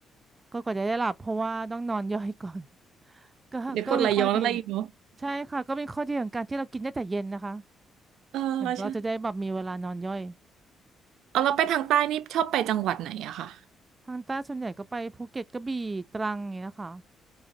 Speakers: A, on the right (about 25°); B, on the right (about 85°).
A: ก็กว่าจะได้หลับเพราะว่าต้องนอนย่อยก่อน <laughs> ก็ก็มีข้อดี
B: เดี๋ยวกดไหลย้อนอะไรอีกเนาะ
A: ใช่ค่ะก็มีข้อดีของการที่เรากินได้แต่เย็นนะคะ
B: เออใช่
A: มันก็จะได้แบบมีเวลานอนย่อย
B: เอาเราไปทางใต้นี่ชอบไปจังหวัดไหนอะค่ะ
A: ทางใต้ส่วนใหญ่ก็ไปภูเก็ตกระบี่ตรังอย่างเงี้ยนะคะ